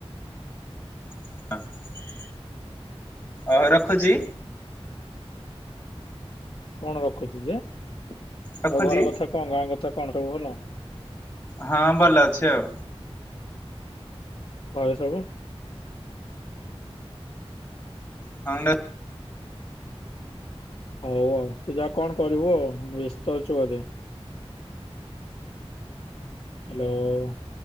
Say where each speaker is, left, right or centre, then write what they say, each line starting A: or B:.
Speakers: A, on the left; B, on the left.
A: <unintelligible> ଓହୋ ରଖୁଛି।
B: କଣ ରଖୁଛି ଯେ, ଆଉ
A: ରଖୁଛି
B: ଘର କଥା କଣ, ଗାଁ କଥା କଣ, ସବୁ ଭଲ।
A: ହଁ ଭଲ ଅଛି ଆଉ।
B: ଘରେ ସବୁ
A: <unintelligible>
B: ହଉ ଆଉ ତୁ ଯାହା କଣ କରିବୁ ଆଉ, ବେସ୍ତ ଅଛୁ ବୋଧେ। ହ୍ୟାଲୋ।